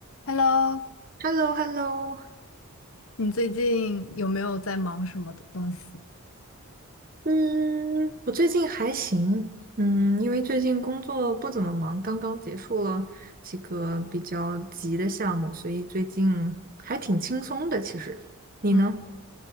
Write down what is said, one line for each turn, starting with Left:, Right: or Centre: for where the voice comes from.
Left: Hello，
Right: h e l l o h e l l o
Left: 你最近有没有在忙什么的东西？
Right: 嗯，我最近还行，嗯，因为最近工作不怎么忙，刚刚结束了几个比较急的项目，所以最近还挺轻松的。其实，你呢？
Left: 嗯，